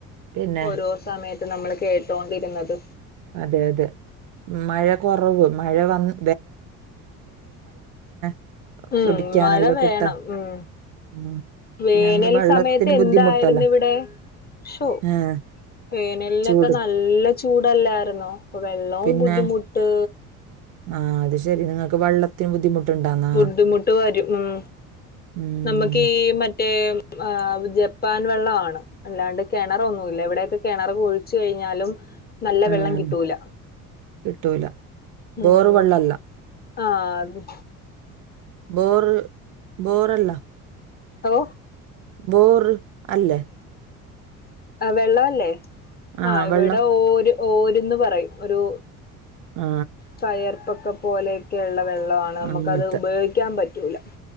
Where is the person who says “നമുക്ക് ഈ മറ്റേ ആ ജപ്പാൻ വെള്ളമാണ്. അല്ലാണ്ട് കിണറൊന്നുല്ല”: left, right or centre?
Left